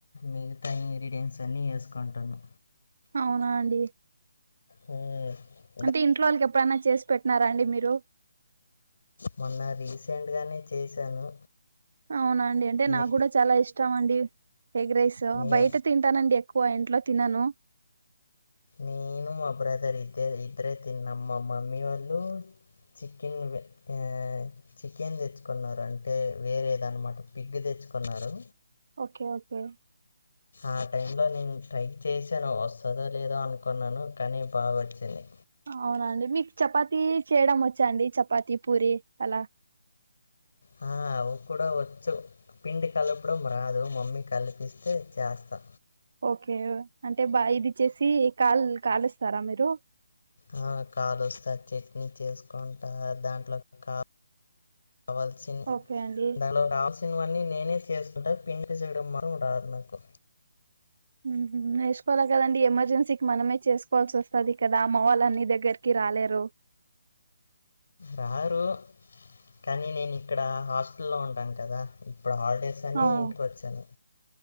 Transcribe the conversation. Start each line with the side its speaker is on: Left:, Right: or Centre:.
Left: మిగతా ఇంగ్రీడియంట్స్ అన్నీ వేసుకుంటాను
Right: అవునా అండి
Left: మ్మ్
Right: అంటే ఇంట్లో వాళ్ళకి ఎప్పుడై చేసి పెట్టినారా అండి మీరు
Left: మొన్న రీసెంట్గానే చేశాను
Right: అవునండి అంటే నాకు
Left: నే
Right: కూడా చాలా ఇష్టం అండి ఎగరైస్
Left: నే
Right: బయట తి తంటానండి ఎక్కువ ఇంట్లో తినను
Left: నేను మా బ్రదర్ ఇద్దే ఇద్దరే తినం మా మమ్మీ వాళ్ళు చికెన్ వె యే చికెన్ తెచ్చుకున్నారంటే వేరే ఏదన్నమాట పిగ్గు తెచ్చుకున్నారు
Right: ఓకే ఓకే
Left: ఆ టైంలో నిన్ ట్రై చేశాను వస్తదో లేదో అనుకున్నాను కానీ బా ఒచ్చింది
Right: అవునాండి మీక్ చపాతి చేయడం ఒచ్చా అండి చపాతి పూరి అలా
Left: హా అవ్ కూడా ఒచ్చు పిండి కలపడం రాదు మమ్మీ కలిపిస్తే చేస్తా
Right: ఓకే అంటే బా ఇదిచ్చసి కాల్ కాల్స్తారా మీరు
Left: హా కాలుస్తా చట్నీ చేసుకుంటా దాంట్లో కా కవల్సి
Right: ఓకే అండి
Left: దాలో కావల్స్ ఇన్ వన్నీ నేనే చేసుకుంటా పిండి చేయడం మరం రాద్ నాకు
Right: ఉహ్మ్ నేర్చకోవాల కదండి ఎమర్జెన్సీక్ మనమే చేసుకోవాల్సి ఒస్తది కదా అమ్మ వాళ్ళన్ని దగ్గరికి రాలేరు
Left: రారు కానీ నేనిక్కడ హాస్టల్లో ఉంటాను కదా ఇప్పుడు హాలిడేస్ తనీ
Right: అవును
Left: ఇంటికోచ్చాను